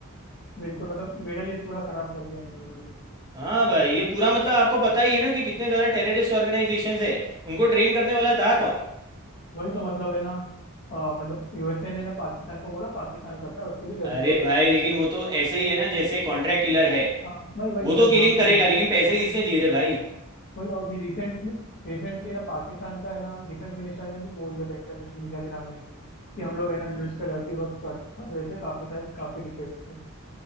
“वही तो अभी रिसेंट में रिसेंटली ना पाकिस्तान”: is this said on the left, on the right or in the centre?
Left